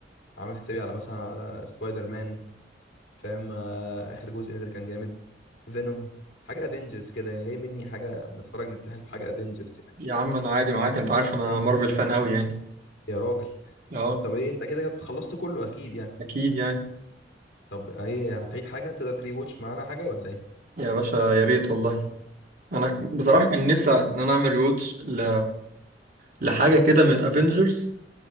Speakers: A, on the left; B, on the right.
A: عامل حسابي على مثلا على سبايدر مان فاهم آه، اخر جزء نزل كان جامد فينوم حاجه افنجرز كده يعني جاي مني حاجه نتفرج نتسحل في حاجه افنجرز
B: يا عم انا عادي معاك انت عارف انا مارفل فان قوي يعني
A: يا راجل
B: اه
A: طب ايه انت كده كده خلصت كله اكيد يعني
B: اكيد يعني
A: طب ايه هتعيد حاجه تقدر تري واتش معانا حاجه ولا ايه
B: يا باشا يا ريت والله انا بصراحة
A: طب ايش
B: كان نفسي ان انا اعمل روتش ل... لحاجة كده من افنجرز